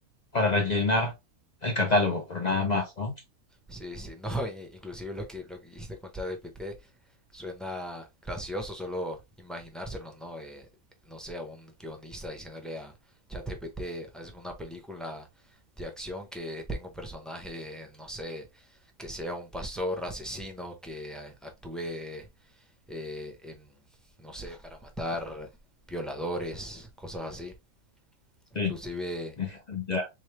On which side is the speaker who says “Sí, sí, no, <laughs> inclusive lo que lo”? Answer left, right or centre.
Centre